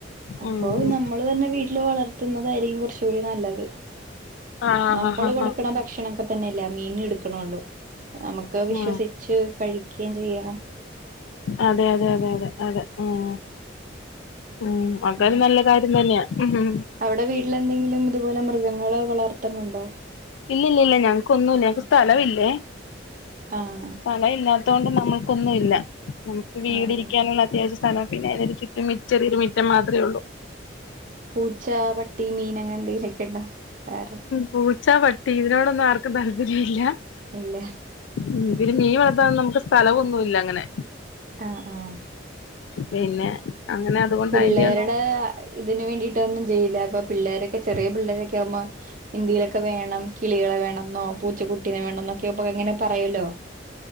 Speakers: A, on the right; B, on the left.
A: അപ്പോ
B: ഉം
A: നമ്മള് തന്നെ വീട്ടില് വളർത്തുന്നതായിരിക്കും കൊർച്ചു കൂടി നല്ലത്
B: ആഹ്
A: നമ്മള്
B: ഹാ ഹാ
A: കൊടുക്ക്ണ
B: ഹാ
A: ഭക്ഷണ ക്കെ തന്നെല്ലേ മീൻ എടുക്ക്ണോള്ളൂ നമക്ക് വിശ്വസിച്ച്
B: ഉം
A: കഴിക്കിം ചെയ്യാ
B: അതെ അതെ അതെ അതെ അതെ ഉം ഉം അതൊരു
A: അങ്ങനെ
B: നല്ല കാര്യം തന്നെയാ ഉം
A: അവിടെ വീട്ടിലെന്തെങ്കിലും ഇതുപോലെ മൃഗങ്ങളെ വളർത്ത്ണ് ണ്ടോ?
B: ഇല്ല ഇല്ല ഇല്ല ഞങ്ങക്ക് ഒന്നു ഇല്ല ഞങ്ങക്ക് സ്ഥലും ഇല്ലേ
A: ആഹ്
B: <unintelligible> ല്ലാത്തോണ്ട് നമ്മുക്കൊന്നു ഇല്ല നമുക്ക് വീടിരിക്കാനുള്ള
A: ആഹ് ആഹ്
B: അത്യാവശ്യം സ്ഥലം പിന്നെ <unintelligible> ഒരു ചുറ്റും മിച്ചെറില് മിറ്റം മാത്രേ ഒള്ളൂ
A: പൂച്ച, പട്ടി, മീന് അങ്ങനെ എന്തെങ്കിലുക്കെ ഉണ്ടോ വേറെ
B: പൂച്ച, പട്ടി ഇതിനോടൊന്നും ആർക്കും താല്പര്യം ഇല്ല
A: ഇല്ലേ
B: ഉം പിന്നെ മീൻ വളർത്താൻ നമുക്ക് സ്ഥലമൊന്നുമില്ല അങ്ങനെ
A: ആഹ് ആഹ്
B: പിന്നെ അങ്ങനെ അതുകൊണ്ട്
A: പിള്ളേരുടെ
B: അതിന്റെയൊന്നും
A: ഇതിന് വേണ്ടിട്ട് ഒന്നും ചെയ്യില്ല അപ്പ പിള്ളേരൊക്കെ ചെറിയ പിള്ളേരൊക്കെ ആവുമാ എന്തെലൊക്കെ വേണം കിളികളെ വേണെന്നോ, പൂച്ചക്കുട്ടീനെ വേണന്നോ എന്നൊക്കെപ്പ ഇങ്ങനെ പറയല്ലോ